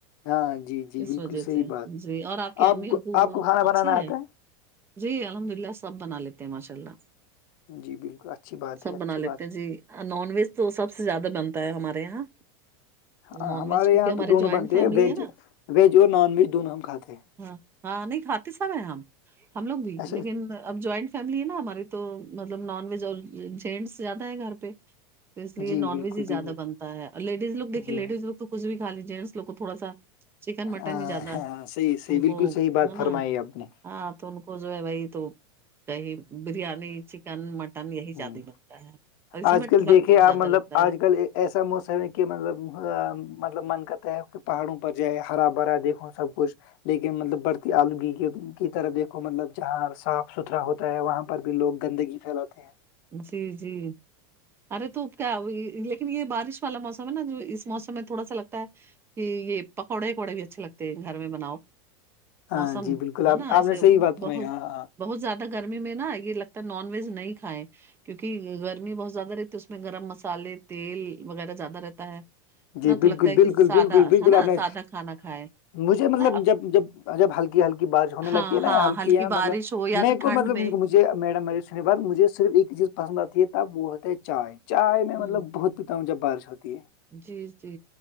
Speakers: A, on the left (about 55°); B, on the right (about 20°).
A: ہاں جی جی
B: اس
A: بالکل
B: وجہ
A: صحیح
B: سے
A: بات
B: جی اور آپ کے امی
A: کو
B: ابو
A: آپ کو کھانا
B: اچھے
A: بنانا آتا
B: ہیں جی الحمد للہ سب بنا لیتے ہیں ماشاء اللہ
A: جی بالکل اچھی بات
B: سب
A: ہے اچھی
B: بنا لیتے
A: بات
B: ہیں
A: ہے
B: جی نان ویج تو سب سے زیادہ بنتا ہے ہمارے یہاں
A: ہاں
B: نان
A: ہمارے
B: ویج کیونکہ
A: یہاں
B: ہماری
A: تو دونوں
B: جوائنٹ
A: بنتے
B: فیملی
A: ہیں ویج
B: ہے نا
A: ویج اور نان ویج دونوں ہم کھاتے ہیں
B: ہاں ہاں نہیں کھاتے سب ہیں ہم لوگ بھی
A: اچھا
B: لیکن اب جوائنٹ فیملی ہے نا ہماری تو مطلب نان ویج اور جینٹس زیادہ ہے گھر پہ تو اس لیے
A: جی
B: نان
A: بالکل
B: ویج ہی زیادہ
A: بالکل
B: بنتا اور لیڈیز لوگ
A: جی
B: لیڈیز لوگ تو کچھ بھی کھا لیتے ہیں ان لوگوں کو تھوڑا سا چکن مٹن
A: ہاں
B: ہی زیادہ
A: ہاں صحیح
B: ان
A: بالکل
B: کو
A: صحیح بات
B: ہے
A: فرمائی
B: نا
A: آپ نے
B: ہاں تو ان کو جو ہے وہی تو کہیں بریانی چکن مٹن یہی
A: ہوں
B: زیادہ ہی بنتا ہے اور اس
A: آج
B: میں
A: کل
B: وقت
A: دیکھے
B: بھی
A: آپ
B: زیادہ
A: مطلب
B: لگتا ہے
A: آج کل ایسا موسم ہے کہ مطلب مطلب من کرتا ہے پہاڑوں پر جائے ہرا بھرا دیکھو سب کچھ لیکن مطلب بڑتی آلودگی کی طرف دیکھو مطلب جہاں صاف ستھرا ہوتا ہوتا ہے وہاں پر بھی لوگ گندگی پھیلاتے ہیں
B: جی جی ارے تو کیا لیکن یہ بارش والا موسم ہے نا جو اس موسم میں تھوڑا سا لگتا ہے یہ پکوڑے وکوڑے بھی اچھے لگتے ہیں گھر میں بناؤ
A: ہاں
B: موسم
A: جی بالکل
B: ہے
A: آپ
B: نا ایسے
A: آپ نے صحیح بات
B: بہت
A: سنائی ہاں ہاں
B: بہت زیادہ گرمی میں نا یہ لگتا ہے نان ویج نہیں کھائے کیوںک گرمی بہت زیادہ رہتی ہے اس میں گرم مسالے تیل وغیرہ زیادہ رہتا ہے
A: جی
B: نا تو
A: بالکل
B: لگتا ہے کہ
A: بالکل
B: سادہ
A: بالکل بالکل
B: ہے نا
A: آپ نے
B: سادہ کھانا کھائے
A: مجھے
B: ہے
A: مطلب
B: نا اب
A: جب جب جب ہلکی ہلکی بارش ہونے لگتی
B: ہاں
A: ہے نا
B: ہاں
A: ہلکی
B: بارش
A: مطلب
B: ہو یا
A: میرے
B: تو ٹھنڈ
A: کو مطلب
B: میں
A: مجھ میڈم سنے بات مجھے صرف ایک چیز پسند آتی ہے تب وہ ہوتا ہے چائے چائے میں
B: ہوں
A: مطلب بہت پتا ہو جب بارش ہوتی ہے
B: جی جی